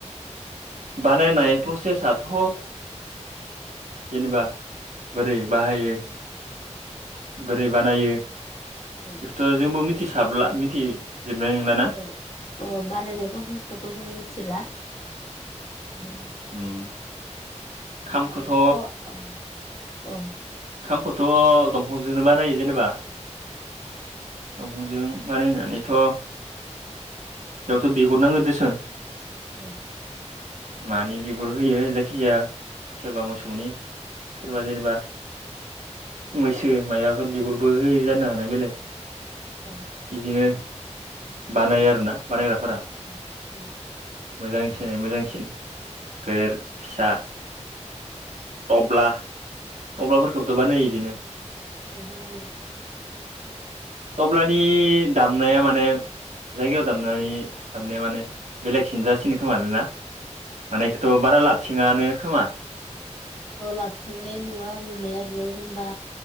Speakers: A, on the right; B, on the left.
A: बानायनाय प्रसेसथ' जेनेबा बोरै बाहायो? बोरै बानायो
B: औ।
A: बेखौथ' जोंबो मिथिसाबला मिथिजोबनाय नोंनाला ना।
B: अ अ बानायनाय प्रसेसखौथ' जों मिथिला उम।
A: उम। खामखौथ'
B: दामनायफोराव औ औ।
A: खामखोथ' दंफंजोंनो बानायो जेनेबा। दफंजों बानायनानैथ' बेयावथ' बिगुर नांगोन देसन
B: औ।
A: मानि बिगुर होयो जायखिजाया सोरबा मोसौनि सोरबा जेनेबा मैसो मैसो मायबाफोर बिगुरबो होयो जानो हानाय बेलेग
B: औ
A: इदिनो बानायो आरोना बानायग्राफोरा
B: उम उम।
A: मोजांसिन मोजांसिन गेदेर-फिसा अब्ला टब्लाफोरखौबोथ' बानायो इदिनो
B: औ बानायो
A: टब्लानि दामनाया माने जायगायाव दामनानै दामनाया माने बेलेगसिन जासिनो खोमालै ना मानेखौथ' बारा लाबथिङानो खोमा
B: लाबथिंनाय नुवा नुनाय आरो जेनबा